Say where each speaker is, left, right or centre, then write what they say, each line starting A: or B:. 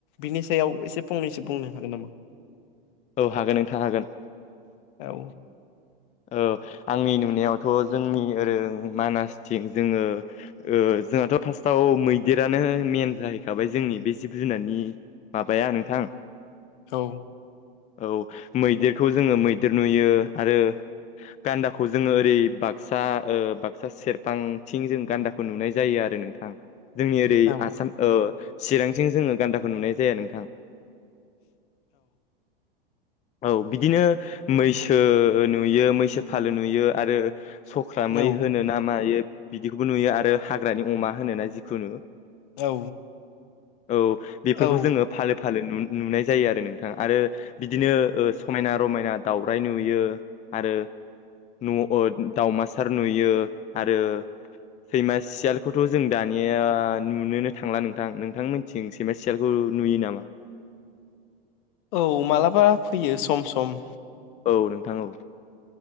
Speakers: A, on the left; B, on the left.
A: बिनि सायाव एसे फंनैसो बुंनो हागोन नामा?
B: औ हागोन नोंथां हागोन।
A: औ।
B: औ। आंनि नुनायावथ' जोंनि ओरों मानासथिं जोङो ओ जोंहाथ' <unintelligible> औ मैदेरानो मेन जाहैखाबाय जोंनि बे जिब जुनारनि माबाया नोंथां।
A: औ।
B: औ मैदेरखौ जोङो मैदेर नुयो आरो गान्दाखौ जोङो ओरै बाक्सा ओ बाक्सा सेरफांथिं जों गान्दाखौ नुनाय जायो आरो नोंथां। जोंनि ओरै
A: औ
B: आसान ओ चिरांथिं जोङो गानदा नुनाय जाया नोंथां। औ बिदिनो मैसो नुयो मैसो फालो नुयो आरो सख्रामै
A: औ
B: होनो ना मायो बिदिखौबो नुयो आरो हाग्रानि अमा होनो ना जिखुनु।
A: औ।
B: औ बेफोरखौ
A: औ
B: जोंङो फालो फालो नु नुनाय जायो आरो नोंथां आरो बिदिनो ओ समायना रमायना दावउराइ नुयो। आरो न' अ दावमासार नुयो आरो सैमा सियालखौथ' जों दानिया नुनोनो थांला नोंथां, नोंथांमोननिथिं सैमा सियालखौ नुयो नामा?
A: औ मालाबा फैयो सम सम।
B: औ नोंथां औ